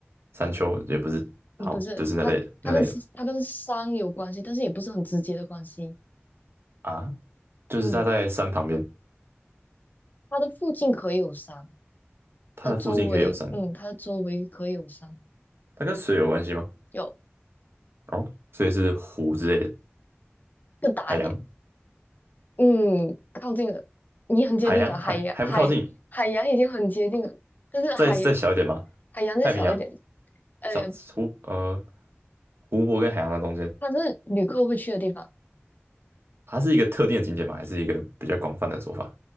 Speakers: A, on the right; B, on the left.
A: 山丘，也不是，
B: 你不是它，
A: 好，就是那类的那类的吧
B: 它跟它跟山有关系，但是也不是很直接的关系。
A: 啊，就是它在山旁边，
B: 嗯，它的附近可以有山，
A: 它的附近可以有山，
B: 它的周围，嗯，它的周围可以有山，
A: 它跟水有关系吗？
B: 有
A: 哦，所以是湖之类的，
B: 更大一点。
A: 海洋，
B: 嗯，靠近了，你很接近了，
A: 海洋还还不靠近，
B: 海洋海海洋已经很接近了，但是海
A: 再再小一点吗？
B: 海洋再小一点，
A: 太平洋，
B: 呃，
A: 小湖呃湖泊跟海洋的中间，
B: 它是旅客会去的地方，
A: 它是一个特定的景点吗？还是一个比较广泛的说法？